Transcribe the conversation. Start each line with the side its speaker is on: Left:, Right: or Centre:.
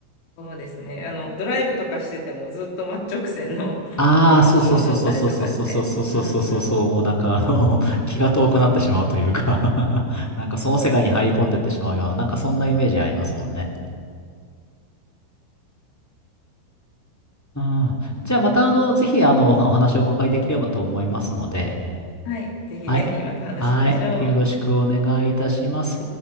Left: そうですね。あの、ドライブとかしててもずっと真っ直線の、
Centre: ああー、
Left: あの道路だったりとかして。
Centre: そうそうそうそうそうそうそうそうそうそうそうそうもうなんかあの、
Left: うんうん。
Centre: <laughs> 気が遠くなってしまうというか <laughs> なんかその世界に入り込んでってしまうような、なんかそんなイメージありますもんね。うん。じゃあまたあの、ぜひあの、お話をお伺いできればと思いますので、
Left: はい。ぜひぜひまた話しましょう。
Centre: はい。はい。よろしくお願いいたします。